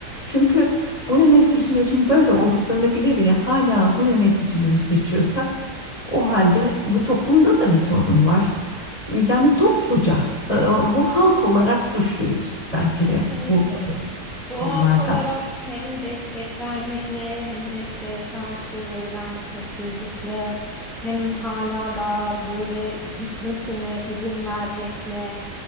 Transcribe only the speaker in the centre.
Kesinlikle
öyle. Bu
halk olarak hem destek vermekle hem desteğe karşı verilen sessizlikle hem hala da böyle gitmesine izin vermekle